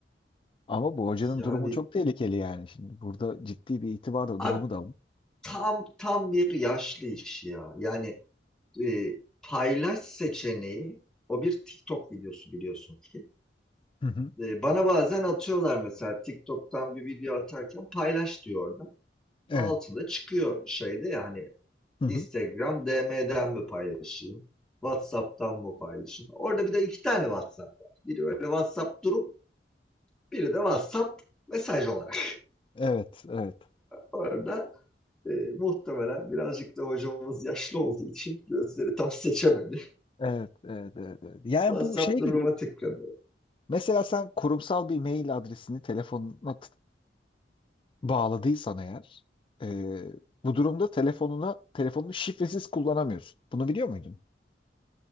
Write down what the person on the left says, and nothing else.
Ama bu hocanın
durumu çok tehlikeli yani. Şimdi burada ciddi bir itibar da
durumu da var.
Hı hı.
Evet.
Hı
hı.
Evet, evet.
Evet, evet, evet, evet. Yani
bu şey gibi.
Mesela sen kurumsal bir mail adresini telefonuna t- bağladıysan eğer, e, bu durumda telefonuna telefonunu şifresiz kullanamıyorsun. Bunu biliyor muydun?